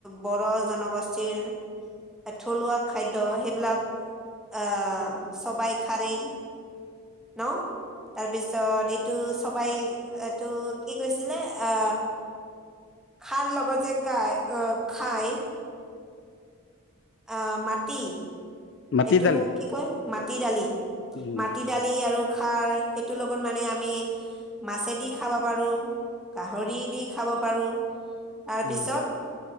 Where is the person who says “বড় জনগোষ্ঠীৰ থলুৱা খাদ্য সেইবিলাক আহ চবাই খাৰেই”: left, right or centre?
Centre